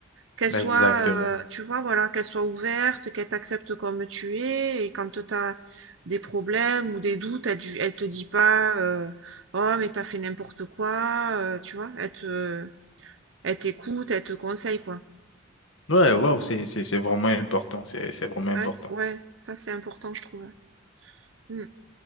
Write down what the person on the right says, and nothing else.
Qu'elle soit,
euh, tu vois, voilà, qu'elle soit ouverte, qu'elle t'accepte comme tu es. Et quand tu as des problèmes ou des doutes, elle, ju- elle te dit pas, euh, oh, mais t'as fait n'importe quoi, euh, tu vois, elle te, elle t'écoute, elle te conseille, quoi.
Ouais, c- ouais, ça, c'est important, je trouve. hein. Mm.